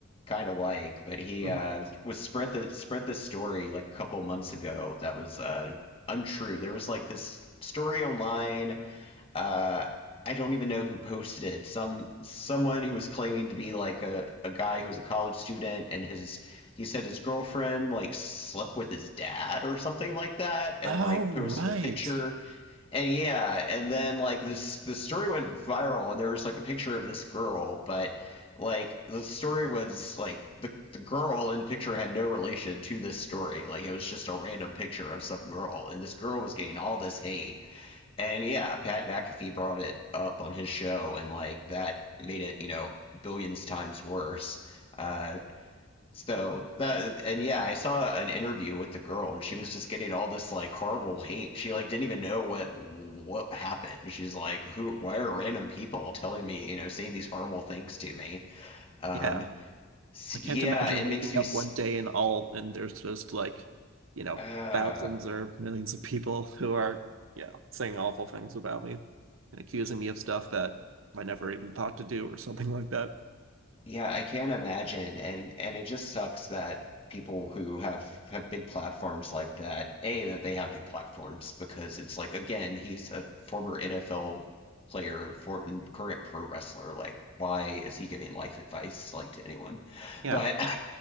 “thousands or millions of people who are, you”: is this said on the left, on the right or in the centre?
Right